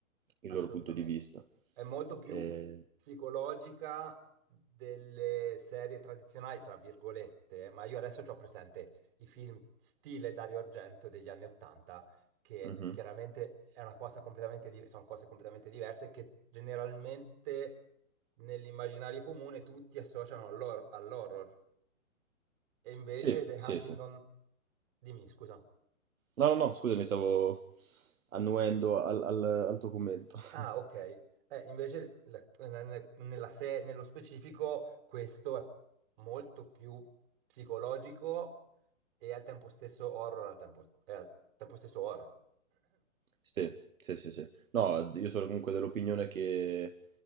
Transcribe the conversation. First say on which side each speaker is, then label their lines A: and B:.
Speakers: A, on the right; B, on the right.
A: il
B: assolutamente.
A: loro punto di vista.
B: È molto più
A: Eh,
B: psicologica delle serie tradizionali, tra virgolette, ma io adesso ho presente i film stile Dario Argento degli anni Ottanta, che
A: mhm.
B: chiaramente è una cosa completamente di- sono cose completamente diverse che generalmente nell'immaginario comune tutti associano all'hor- all'horror. E invece
A: Sì,
B: The
A: sì,
B: Hunting
A: sì.
B: on... Dimmi, scusa.
A: No, no, no, scusami, stavo annuendo al, al- al tuo commento. <laughs>
B: Ah, ok. Eh, invece la- nella- nella se- nello specifico questo è molto più psicologico e al tempo stesso horror, al tempo, è al tempo stesso horror,
A: Sì, sì, sì, sì. No, io sono comunque dell'opinione che